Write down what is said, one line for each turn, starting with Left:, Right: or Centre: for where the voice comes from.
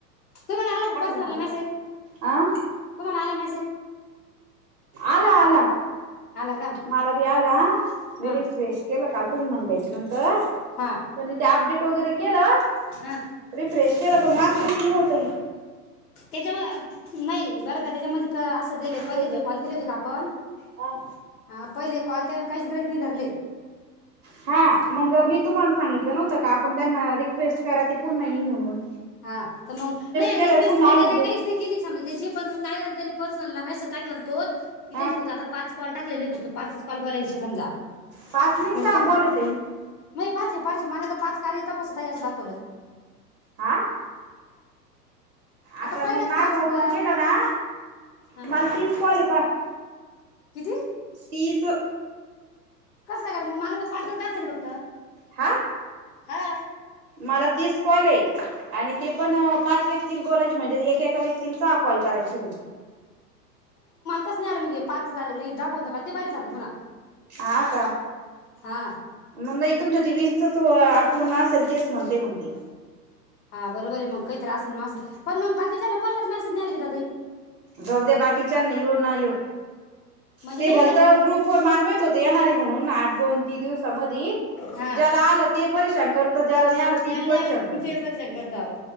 Left: तुम्हाला आला का पर्सनला
Right: ना आम्ही
Left: मेसेज तुम्हाला
Right: अ
Left: आला मेसेज?
Right: आला आला
Left: आला का
Right: मला बी आ आ मी
Left: हा
Right: रीफ्रेश केल काल तुम्ही म्हणल्याच्या नंत तर
Left: हा
Right: पण ते अपडेट वगैरे केलं
Left: हा
Right: रिफ्रेश केल पण माझं चिव चिव ताई
Left: तेच्याम नाही बर का त्याच्यामध्ये त असं दिले
Right: ह्याच्यात
Left: पहिले जे कॉल केले होते का आपण
Right: हा
Left: हा पहिले कॉल त्यान काहीच गृहित नाही धरले
Right: हा मग मी तुम्हाला सांगितलं नव्हतं का आपण त्यांना रिक्वेस्ट करा ती पुन्हा येईन म्हणून
Left: हा तर मंग नाही
Right: केल्यावर
Left: रिक्वेस्ट
Right: पुन्हा
Left: वगैरे
Right: आले ते
Left: काहीच नाही केली समजा तेची पण काय तेनी पर्स तुला मॅसेज टाकला तोच
Right: ह
Left: इथे नी फक्त आता पाच कॉल टाकलेले आहे फक्त ता पाचच कॉल बोलायची समजा
Right: पाच नाही
Left: म्हणजे
Right: सहा
Left: तुम्ही
Right: कॉल आहे ताई
Left: मी माई पाच हे पाच मला तर पाच कार्य तपासत आहे अस दाखवल.
Right: हा आता
Left: पहिलाच
Right: मी माझ
Left: कॉल
Right: ओपन
Left: समजा
Right: केल ना
Left: हा
Right: मला तीस कॉल येत रिकामा ऑडिओ <inaudible>
Left: किती?
Right: तीस
Left: कस कारण मला तर पाचच दाखवतय फक्त
Right: हा
Left: हा
Right: मला तीस कॉल ये आणि ते पण पाच व्य तील बोलायचे म्हणजे एकएका व्यक्तीला सहा कॉल करायची ले
Left: कसलं आल मंग पाचच आल र दाखव न ते पाहिल्या सारख पुन्हा
Right: आ का
Left: हा
Right: म मई तुमच ते वीस असच अपूर्ण असेल ते म्हणते मंग ते
Left: हा बरोबर आहे मग काहीतरी असन माझ पण मंग बाकीच्याला कोलाच मेसेज नाय आलय गीता ताई
Right: जाऊद्या बाकीच्याना येऊ न येऊ
Left: म्हणजे
Right: ते
Left: नाही
Right: भलत
Left: त्यात
Right: ग्रुप वर माल माहित होत येणारे म्हणून आठ दोन तीन दिवसामधी
Left: हा
Right: ज्याला आल ते परेशान कर ज्याला नाई आल ते
Left: ज्याला
Right: बी
Left: नाही
Right: परेशान
Left: आलं
Right: करत.
Left: ते परेशान करता अहो.